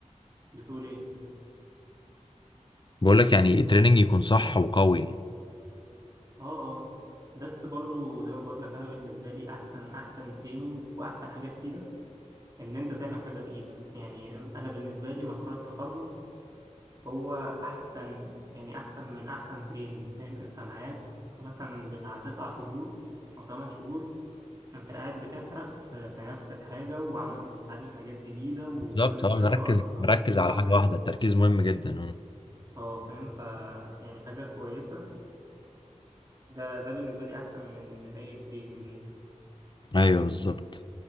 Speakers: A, on the right (about 30°); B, on the left (about 40°).
A: بتقول ايه
B: بقول لك يعني تريننج يكون صح وقوي
A: اه اه بس برضو زي ما بقول لك انا بالنسبه لي احسن احسن تريننج واحسن حاجه تفيدك ان انت تعمل حاجه بايدك يعني انا بالنسبه لي مشروع التخرج هو احسن يعني احسن من احسن تريننج فاهم انت معاك مثلا بتاع تسع شهور او ثمان شهور انت قاعد بتحرق في, في نفس الحاجه وعمال بتتعلم حاجات جديده وكل
B: بالظبط
A: شويه
B: اه مركز
A: تقف في مشكله
B: مركز على
A: و...
B: حاجة واحدة التركيز مهم جدا اه
A: اه فاهم ف يعني حاجه كويسه ده ده بالنسبة لي أحسن من من أي تريننج يعني
B: ايوه بالظبط